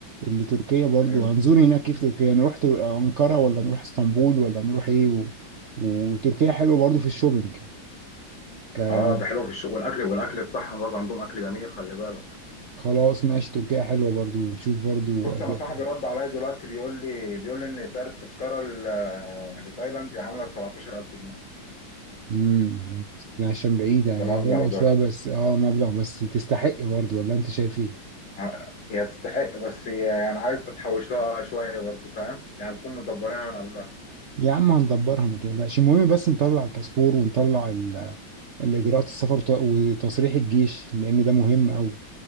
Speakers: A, on the right; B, on the left.
A: اللي تركيا برضو
B: حلو
A: هنزور هناك كيف تركيا نروح تر... أنقرة ولا نروح اسطنبول ولا نروح ايه و... وتركيا حلوة برضو في الشوبينج كان
B: اه ده حلو في الشغل والاكل والاكل بتاعهم برضه عندهم اكل جميل خلي بالك
A: خلاص ماشي تركيا حلوة برضو ونشوف برضو
B: بص
A: أجواء
B: انا صاحبي
A: تانية.
B: رد عليا دلوقتي بيقول لي بيقول لي ان سعر التذكره ل- لتايلاند عامله 17000 جنيه
A: امم عشان بعيدة
B: ده
A: هي
B: مبلغ
A: غالية شوية
B: ده
A: بس اه مبلغ بس تستحق برضو ولا انت شايف ايه؟
B: ع- هي تستحق بس هي يعني عايز تتحوش لها شوية برضو فاهم يعني نكون مدبرينها من قبلها
A: يا عم هندبرها ما تقلقش المهم بس نطلع الباسبور ونطلع ال... الإجراءات السفر وت- وتصريح الجيش لأن ده مهم أوي